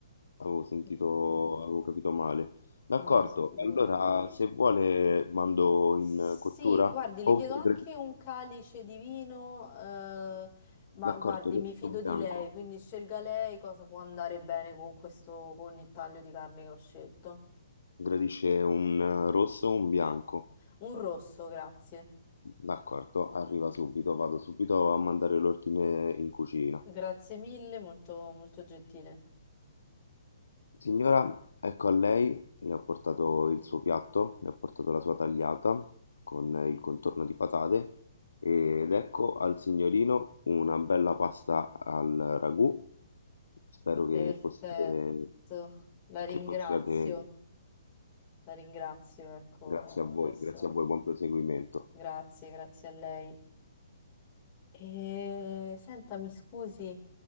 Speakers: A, on the left; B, on the left.
A: avevo sentito,
B: si figuri,
A: avevo capito male. D'accordo,
B: no, si figuri.
A: allora se vuole mando
B: Sì,
A: in cottura.
B: guardi, le
A: O-
B: chiedo
A: gra-
B: anche un calice di vino, eh, ma
A: D'accordo,
B: guardi,
A: rosso
B: mi fido
A: bianco.
B: di lei, quindi scelga lei cosa può andare bene con questo, con il taglio di carne che ho scelto.
A: Gradisce un eh, rosso o un bianco?
B: Un rosso, grazie.
A: D'accordo, arriva subito, vado subito a mandare l'ordine in cucina.
B: Grazie mille, molto, molto gentile.
A: Signora, ecco a lei, le ho portato il suo piatto, le ho portato la sua tagliata con il contorno di patate ed ecco al signorino una bella pasta al ragù. Spero che
B: Perfetto,
A: possiate,
B: la ringrazio,
A: che possiate,
B: la ringrazio, ecco,
A: grazie a voi,
B: adesso
A: grazie a voi, buon proseguimento.
B: grazie, grazie a lei. E senta, mi scusi,